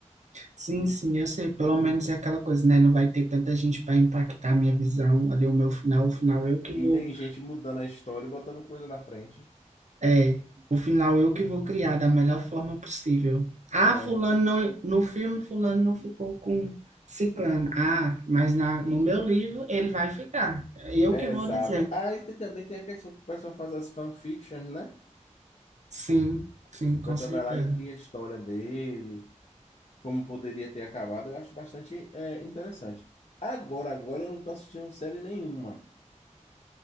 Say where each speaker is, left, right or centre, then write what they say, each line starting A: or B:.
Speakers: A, on the right; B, on the left.
A: Sim, sim, eu sei, pelo menos é aquela coisa, né? Não vai ter tanta gente para impactar a minha visão ali, o meu final, o final eu que
B: E
A: vou,
B: nem gente mudando a história e botando coisa na frente.
A: é, o final eu que vou criar da melhor forma possível. Ah,
B: É,
A: fulano não, no filme fulano não ficou com ciclano. Ah, mas na, no meu livro ele vai ficar. Eu
B: é
A: que vou
B: exato.
A: dizer.
B: Aí tem, também tem a questão que o pessoal faz as fanfictions, né?
A: Sim, sim,
B: que o
A: com
B: pessoal
A: certeza.
B: vai lá e cria a história dele, como poderia ter acabado, eu acho bastante é, interessante. Agora, agora eu não estou assistindo série nenhuma,